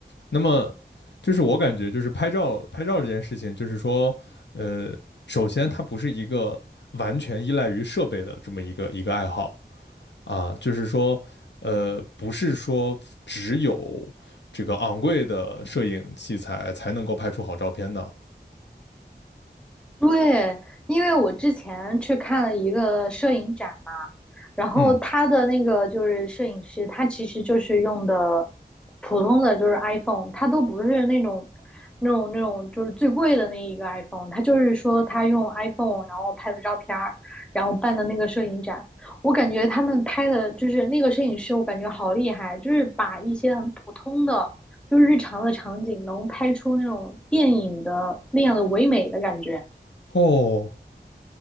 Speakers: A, on the left (about 85°); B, in the centre.
A: 那么就是我感觉就是拍照拍照这件事情，就是说呃，首先它不是一个完全依赖于设备的这么一个一个爱好。啊，就是说，呃，不是说只有这个昂贵的摄影器材才能够拍出好照片的。
B: 对，因为我之前去看了一个摄影展嘛，然后他的那个就是摄影师，
A: 嗯，
B: 他其实就是用的普通的就是 iPhone，他都不是那种那种那种就是最贵的那一个 iPhone，他就是说他用 iPhone 然后拍的照片儿然后办的那个摄影展，我感觉他们拍的就是那个摄影师，我感觉好厉害，就是把一些很普通的就是日常的场景能拍出那种电影的那样的唯美的感觉。
A: 哦，